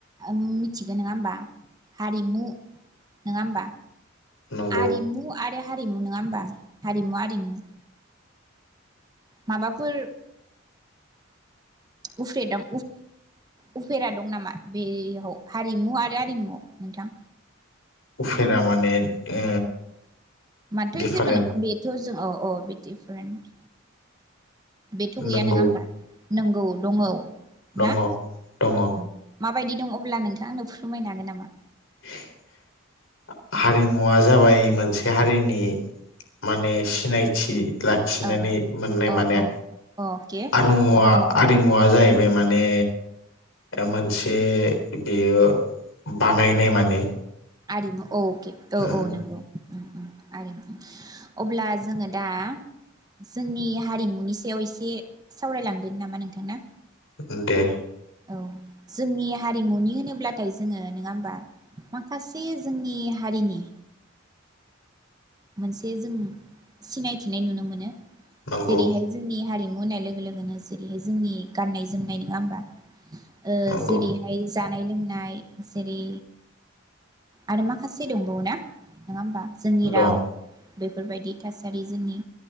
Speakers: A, on the right; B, on the left.
A: मिथिगोन नङा होमबा हारिमु नङा होमबा
B: नंगौ
A: आरिमु आरो हारिमु नङा होमबा हारिमु आरिमु माबाफोर उफ्रे दां उफेरा दं नामा बेयाव हारिमु आरो आरिमु नोंथां?
B: उफेरा माने ओ
A: माथो
B: दिफारेन्ट
A: जेबो नङा बेथ' जों औ औ बि दिफारेन्ट बेथ' गैया
B: नंगौ
A: नङा होमबा नंगौ दङ
B: दङ
A: ना
B: दङ
A: औ माबायदि दं अब्ला नोंथां आंनो फोरमायनो हागोन नामा?
B: <inaudible> हारिमुवा जाबाय मोनसे हारिनि माने सिनायथि लाखिनानै
A: औ
B: मोननाय
A: अ
B: माने
A: अ अ अके
B: आरिमुव
A: औ औ
B: आरिमुवा जाहैबाय माने ओ मोनसे बेयो बानायनाय माने
A: आरिमु औ उके औ
B: उम
A: औ नंगौ। उम उम आरिमु। अब्ला जोङो दा जोंनि हारिमुनि सायाव एसे सावरायलांदोनि नामा नोंथां ना?
B: ओं दे।
A: औ जोंनि हारिमुनि होनोब्लाथाय जोङो नङा होनबा माखासे जोंनि हारिनि मोनसे जों सिनायथिनाय नुनो मोनो
B: नंगौ
A: जेरैहाय जोंनिया हारिमु होननाय लोगो लोगोनो जेरैहाय जोंनि गाननाय जोमनाय नङा होमबा? ओ
B: नंगौ
A: जेरैहाय जानाय लोंनाय जेरै आरो माखासे दंबावोना नङा होमबा? जोंनि
B: दं
A: राव बेफोरबायदि थासारि जोंनि